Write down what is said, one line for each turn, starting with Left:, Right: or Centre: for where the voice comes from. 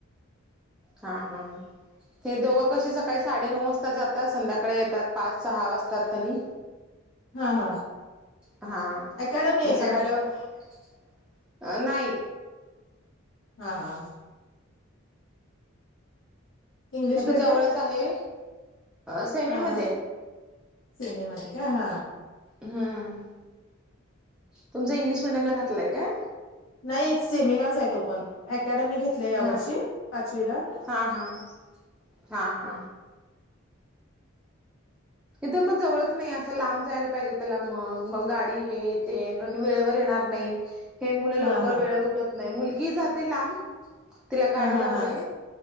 Centre: हा हा हे दोघं कशी सकाळी साडे नऊ वाजता. जातात संध्याकाळी येतात पाच सहा वाजतात त्यांनी
Left: हा हा
Centre: हा
Left: अकॅडमी आहे
Centre: मग
Left: काय
Centre: सकाळी अ नाही
Left: हा हा. इंग्लिश
Centre: हे
Left: मिडियम
Centre: तर जवळच आहे. सेमीमध्ये
Left: हा हा सिनेमध्ये का हा?
Centre: हम्म तुमच इंग्लिश मिडियम ला घातलंय का?
Left: नाही सेमिलाच आहेत तो पण. अकॅडमी घेतले या
Centre: हा
Left: वर्षी पाचवीला
Centre: हा हा हा हा इथ मग जवळच नाही असं लांब जायला पाहिजे त्याला मग मग गाडी हे ते वेळेवर येणार नाही हे मुलं
Left: हा
Centre: लवकर
Left: हा
Centre: वेळवर उठत नाही मुलगी जाते लांब तिला गाडी
Left: हा हा
Centre: लावले
Left: हा